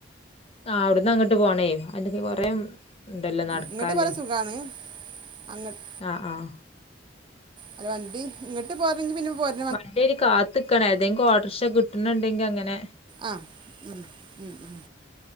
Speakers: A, on the left; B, on the right.
A: ആ അവ്ട്ന്ന അങ്ങട്ട് പോണേ അതിൻ്റെതി കൊറേ ഇണ്ടല്ലോ നടക്കാല്ലേ
B: ഇങ്ങോട്ട് പോരാൻ സുഖമാണ് അങ്ങോട്ട്
A: ആഹ്ആഹ്
B: ഹലോ വണ്ടി ഇങ്ങട്ട് പോരണേങ്കി പിന്നെ പോര്
A: വണ്ടി അയ്ന് കാത്ത്ക്കാണ് ഏതെങ്കി ഓട്ടർഷ കിട്ട്ണണ്ടെങ്കി അങ്ങനെ
B: ആഹ് ഉം ഉം ഉം